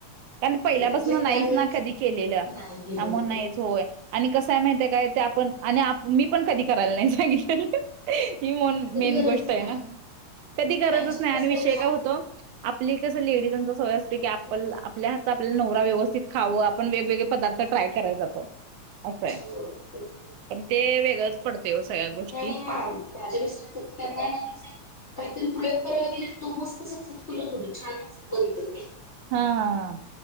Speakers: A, on the right; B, on the left.
A: त्यान पहिल्यापासन
B: त्यावेळी
A: नाहीच ना कधी केलेलं.
B: नाही केलेलं ते
A: झोय आणि कसंय माहिती आहे काय ते आपण आणि आप मी पण कधी करायला नाही सांगितलं. ही मोन
B: नाही ना
A: मेन
B: कधी गरजच
A: गोष्ट आहे
B: लागत
A: ना, कधी गरजच
B: आमच्यात
A: नाय
B: कसं
A: अन विषय
B: आहे जरा
A: काय होतो. आपली कसं लेडीजांचा सवय असते की आपन
B: हम्म हम्म.
A: आपल्याहात. आपल्याला नवरा व्यवस्थित खावं आपण वेगवेगळे पदार्थ ट्राय कराया जातो. असंय
B: हो तेच की.
A: पण ते वेगळंच पडतंय ओ सगळ्या गोष्टी.
B: नाही नाही मा माझ्या मिस्टर तूप त्यांना न कस. काहीतरी प्रयोग करायला गेले तो मस्त सक्सेसफुलच होतो छानच बनत ते.
A: हा हा हा!